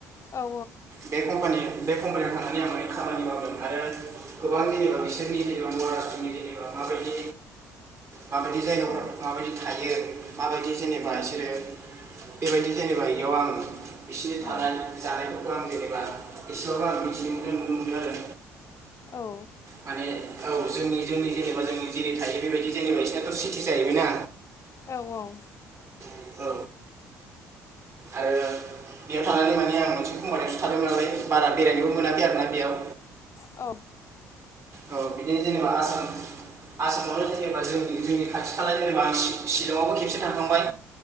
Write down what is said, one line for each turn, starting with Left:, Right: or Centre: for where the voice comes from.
Left: औ
Right: बे कम्पानि बे कम्पानियाव थांनानै आं माने खामानि मावदों आरो गोबां जेनेबा बिसोरनि जेनबा महाराषट्रआव जेनेबा माबायदि माबायदि जायगाफोराव
Left: औ
Right: माबायदि थायो माबायदि जेनेबा इसोरो बेबायदि जेनेबा इयाव आं बिसिनि थानाय
Left: औ
Right: जानायफोरखौ आं जेनेबा एसेबाबो आं मिनथिनो मोनदों नुनो मोनदों आरो
Left: औ
Right: माने औ जोंनि जोंनि जेनेबा जों जेरै थायो बेबायदि जेनेबा बिसोरनाथ' सिथि जाहैबाय ना
Left: औ औ
Right: औ आरो बेयाव थानानै माने आं मोनसे खम्फानियावसो थादोंमोन नालाय बारा बेरायनोबो मोनाखै आरोना बेयाव
Left: औ
Right: औ बिदिनो जेनेबा आसाम आसामावलाय जेनेबा जोंनि जोंनि खाथि खाला जेनेबा आं शिलंआवबो खेबसे थांखांबाय